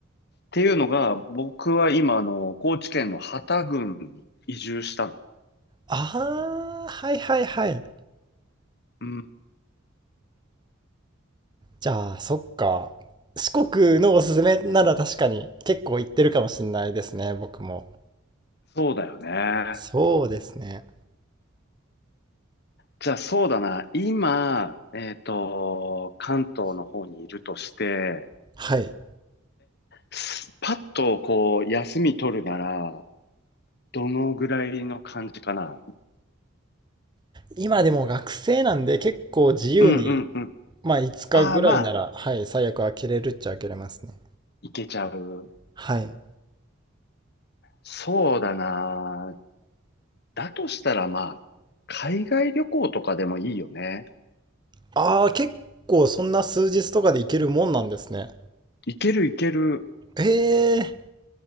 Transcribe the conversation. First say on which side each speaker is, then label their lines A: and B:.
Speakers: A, on the left; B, on the right.
A: ていうのが、僕は今、あの、高知県の幡多郡に移住したの。
B: ああ、はいはいはい。
A: うん。
B: じゃあ、そっか。四国のおすすめなら確かに結構行ってるかもしれないですね、僕も。
A: そうだよね。
B: そうですね。
A: じゃあそうだな。今、えっと、関東の方にいるとして、
B: はい。
A: すパッとこう、休み取るなら、どのぐらいの感じかな。
B: 今でも学生なんで結構自由に、
A: うんうんうん。
B: まあ5日ぐらいなら、
A: ああ、まあ、
B: はい、最悪開けれるっちゃ開けれますね。
A: いけちゃう。
B: はい。
A: そうだな。だとしたらまあ、海外旅行とかでもいいよね。
B: ああ、結構そんな数日とかで行けるもんなんですね。
A: いけるいける。
B: ええ、